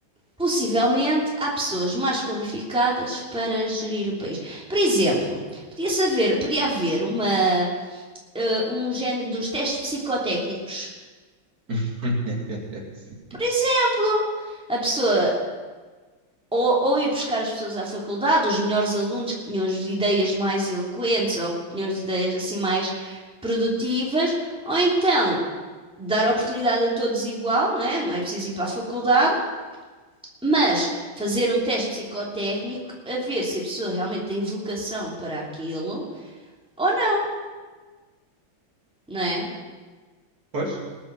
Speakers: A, in the centre; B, on the right (about 45°).
A: possivelmente há pessoas mais qualificadas para gerir o país? Por exemplo, podia-se haver, podia haver uma eh, um género dos testes psicotécnicos.
B: <laughs> Sim,
A: Por exemplo, a pessoa ou, ou ir buscar as pessoas à faculdade, os melhores alunos que tinham as ideias mais eloquentes ou que tinham as ideias assim mais produtivas, ou então dar oportunidade a todos igual, não é? Não é preciso ir para a faculdade, mas fazer um teste psicotécnico a ver se a pessoa realmente tem vocação para aquilo ou não, não é?
B: Pois.